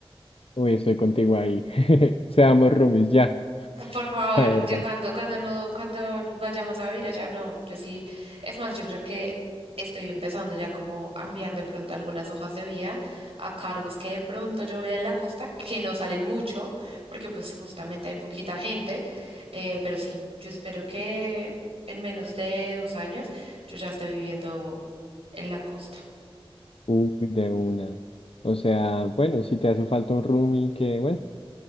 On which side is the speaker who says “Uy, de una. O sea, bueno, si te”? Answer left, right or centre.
Left